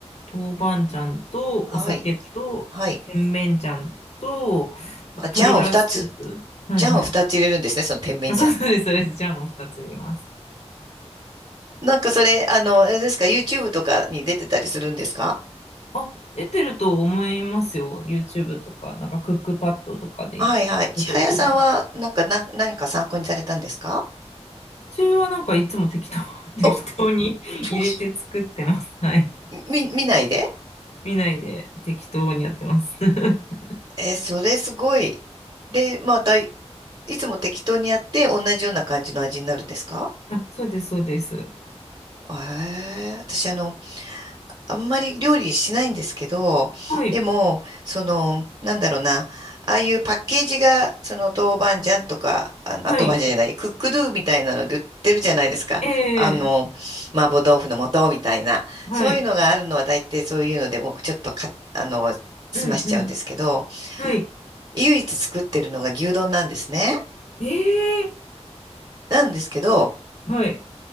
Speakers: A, on the left; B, on the right.
A: うん。豆板醤とお酒と甜麺醤と、
B: あ、はい、はい。
A: あと鶏ガラスープ。
B: あ、ジャンを2つ、
A: はいはい。
B: ジャンを2つ入れるんですね、その甜麺醤
A: あ、そうそうです、そうです。醤を2つ入れます。
B: なんかそれ、あの、あれですか、YouTube とかに出てたりするんですか
A: あ、出てると思いますよ。YouTube とか、なんかクックパッドとかで出てると思います。
B: はいはい。千早さんは、なんか、なん、何か参考にされたんですか
A: 私はなんかいつも適当、<laughs> 適当に入れて作ってます。
B: お、そ
A: はい。
B: う、み、見ないで
A: 見ないで適当にやってます。<laughs>
B: えーそれすごい。で、また、いいつも適当にやって、同じような感じの味になるんですか
A: あ、そうです、そうです。
B: えー、私、あの、あんまり料理しないんですけど、
A: はい。
B: でも、その、なんだろうな、ああいうパッケージが、その豆板醤とか、あの、
A: はい。
B: あ豆板醤じゃない、クックドゥみたいなので売ってるじゃないですか。
A: ええ
B: あの、麻婆豆腐の素みたいな。
A: はい。
B: そういうのがあるのは大抵そういうので、僕ちょっとか、あの、済ましちゃうんですけど、
A: うん、うん。はい。
B: 唯一作ってるのが牛丼なんですね。
A: ええ
B: なんですけど、
A: はい。